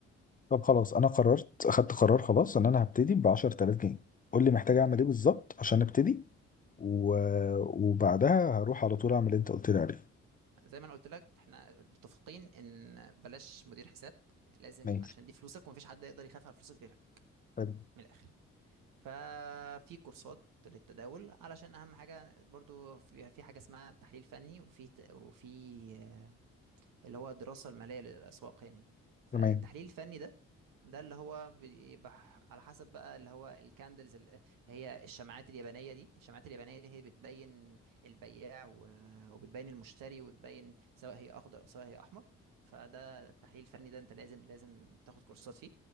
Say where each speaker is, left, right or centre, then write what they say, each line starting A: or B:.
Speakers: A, on the left; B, on the right.
A: طب خلاص انا قررت اخدت قرار خلاص ان انا هبتدي ب 10000 جنيه قول لي محتاج
B: <laughs>
A: اعمل ايه بالظبط عشان ابتدي و... وبعدها هروح على طول اعمل اللي انت قلت لي عليه
B: زي ما انا قلت لك احنا متفقين ان بلاش مدير حساب لازم
A: ماشي
B: عشان دي فلوسك ومفيش حد يقدر يخاف على فلوسك غيرك
A: حلو
B: من الاخر ففي كورسات للتداول علشان اهم حاجه برضو في في حاجه اسمها تحليل فني وفي ت- وفي اللي هو الدراسة المالية للأسواق يعني فالتحليل
A: تمام
B: الفني ده ده اللي هو بيبقى على حسب بقى اللي هو الكاندلز اللي هي الشمعات اليابانية دي الشمعات اليابانية دي هي بتبين البياع و- وبتبين المشتري وتبين سواء هي أخضر أو سواء هي أحمر فده التحليل الفني ده أنت لازم لازم تاخد كورسات فيه